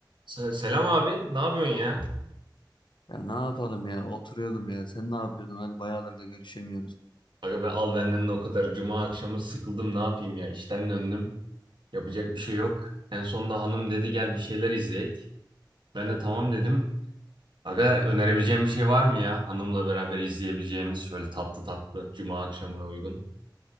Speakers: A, on the right (about 75°); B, on the left (about 75°).
A: Se- Selam abi, ne yapıyorsun ya?
B: Ya ne yapalım ya oturuyordum ya sen ne yapıyorsun hadi bayağıdır da görüşemiyoruz.
A: Aga be al benden de o kadar. Cuma akşamı sıkıldım, ne yapayım ya? İşten döndüm. Yapacak bir şey yok. En sonunda hanım dedi gel bir şeyler izleyek. Ben de tamam dedim. Aga önerebileceğim bir şey var mı ya? Hanımla beraber izleyebileceğimiz şöyle tatlı tatlı Cuma akşamına uygun.